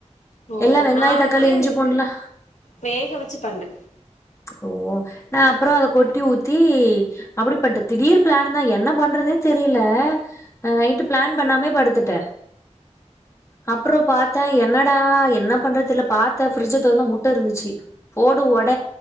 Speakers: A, on the left; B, on the left.
A: ஓ
B: எல்லா வெங்காயோ
A: நா
B: தக்காளி
A: வந்து
B: இஞ்சி பூண்டுலா
A: வேக வெச்சு பண்ணு
B: ஓ நா அப்றோ அத கொட்டி ஊத்தி அப்டிபன்ட்ட திடீர் பிளான்தா என்ன பண்றதுனே தெரில நைட்டு பிளான் பண்ணாமே படுத்துட்ட அப்றோ பா த்தா என்னடா என்ன பண்றது தெரில பாத்த ஃப்ரிட்ஜ் தொறந்து முட்ட இருந்துச்சு போடு ஒட